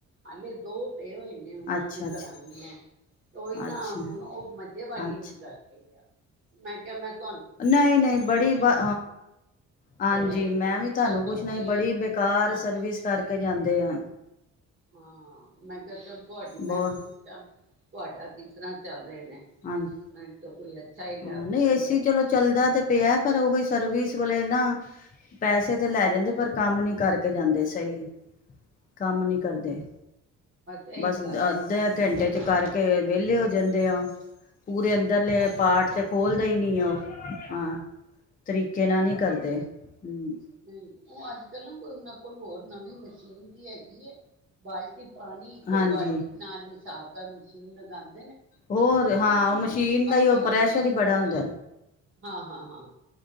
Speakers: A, on the right; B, on the left.
A: ਹਾਲੇ ਦੋ <unintelligible> ਨੇ ਉਹਨਾਂ
B: ਅੱਛਾ
A: ਦੀ
B: ਅੱਛਾ
A: ਕਰਾਂਣੀ ਹੈ ਓਹੀ ਨਾ
B: ਅੱਛਾ
A: ਹੁਣ ਉਹ ਮਜ਼ੇ ਵਾਲੀ
B: ਅੱਛਾ
A: ਨੀ ਕਰਕੇ ਗਿਆ। ਮੈਂ ਕਿਹਾ, ਮੈਂ ਤ
B: ਨਹੀਂ ਨਹੀਂ ਬੜੀ ਅ ਹਾਂਜੀ
A: ਤੇ
B: ਮੈਂ
A: ਤੁਸੀਂ
B: ਵੀ ਤੁਹਾਨੂੰ
A: ਦੱਸੋ
B: ਪੁੱਛਣਾ
A: ਕੋਈ
B: ਸੀ, ਬੜੀ ਬੇਕਾਰ
A: ਹਾਂ
B: ਸਰਵਿਸ ਕਰਕੇ ਤੇ ਜਾਂਦੇ ਆ
A: ਹਾਂ। ਮੈਂ ਕਿਹਾ ਚਲ ਤੁਹਾਡੀ
B: ਬਹੁਤ
A: ਮੈਂ ਪੁੱਛਾਂ। ਤੁਹਾਡਾ ਕਿਸ ਤਰ੍ਹਾਂ ਚੱਲ ਰਹੇ ਨੇ,
B: ਹਾਂਜੀ
A: ਮੈਨੂੰ ਤੇ ਕੋਈ ਅੱਛਾ ਈ ਲਬ
B: ਹਾਂ ਨਹੀਂ ਏਸੀ
A: ਈ ਲ ਵ
B: ਚਲੋ ਚੱਲਦਾ ਤੇ ਪਿਆ ਪਰ ਉਹੀ ਸਰਵਿਸ ਵਾਲੇ ਨਾ, ਪੈਸੇ ਤੇ ਲੈ ਜਾਂਦੇ ਪਰ ਕੰਮ ਨੀ ਕਰਕੇ ਜਾਂਦੇ ਸਹੀ। ਕੰਮ ਨੀ ਕਰਦੇ,
A: ਇਹੀ
B: ਬਸ
A: ਗੱਲ ਹੈਗੀ
B: ਅੱਧੇ
A: ਹੈ ਭੈਣ
B: ਘੰਟੇ
A: ਜੀ।
B: ਚ ਕਰਕੇ ਵਿਹਲੇ ਹੋ ਜਾਂਦੇ ਆ। ਪੂਰੇ ਅੰਦਰਲੇ
A: ਅੱਛਾ
B: ਪਾਰਟ ਤੇ ਖੋਲਦੇ ਹੀ ਨੀ ਉਹ। ਹਾਂ <inaudible> ਤਰੀਕੇ ਨਾਲ
A: ਠੀਕ
B: ਨਹੀਂ ਕਰਦੇ,
A: ਹੈ।
B: ਹਮ।
A: ਨਹੀਂ ਉਹ ਅੱਜ ਕੱਲ੍ਹ ਨ ਕੋਈ ਉਹਨਾਂ ਕੋਲ ਹੋਰ ਨਵੀਂ ਮਸ਼ੀਨ ਵੀ ਹੈਗੀ। ਕੀ ਏ। ਬਾਲਟੀ ਪਾਣੀ, ਇੱਕੋ
B: ਹਾਂਜੀ
A: ਬਾਲਟੀ ਨਾਲ ਹੀ ਸਾਫ਼। ਕਲ ਮਸ਼ੀਨ ਲਗਾਨੀ।
B: ਹੋਰ ਹਾਂ, ਉਹ ਮਸ਼ੀਨ ਦਾ ਹੀ
A: ਕਰਾਂਗੇ
B: ਉਹ ਪ੍ਰੈਸ਼ਰ ਹੀ ਬੜਾ ਹੁੰਦੈ।
A: ਹਾਂ, ਹਾਂ, ਹਾਂ।